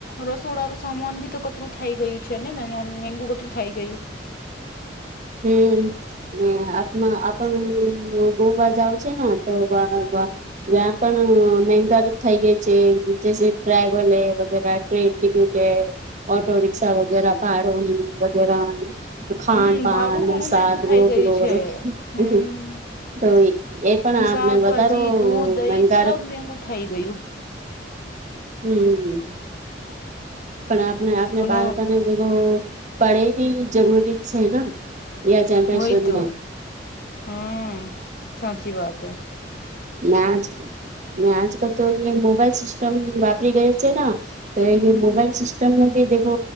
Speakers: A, on the left (about 55°); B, on the right (about 40°).
A: રસોડા સામાન બી તો કટરું થઈ ગયું છે ને મે મેગું કતરું થઈ ગયું.
B: હમ્મ અને <unintelligible> આપણ ગોવા જાવ છે ને તો <unintelligible> ત્યાં પણ <unintelligible> થઈ ગયા છે <unintelligible> ટિકિટે ઓટો રિક્ષા વગેરા ભાળોની વગેરા ખાન
A: હમ
B: પાન
A: ભાડું ઘણું
B: સાધવો
A: મેંગુ થઈ ગયું
B: <unintelligible>
A: છે હમ
B: તો એ પણ આપણને
A: શાકભાજી
B: <unintelligible>
A: દૂધ દહી સબ મેંગુ થઈ ગયું
B: હમ્મ પણ આપણે આપણે
A: અને
B: બાળકોને જેવુ પડે બી જરૂરી છે ન એ આ જનરેશનને
A: વહી તો હમ સાચી વાત એ
B: ને આજ આજકાલ તો અ મોબાઈલ સિસ્ટમ વાપરી ગયે છે ના તો
A: હમ
B: મોબાઈલ સિસ્ટમ બી દેખો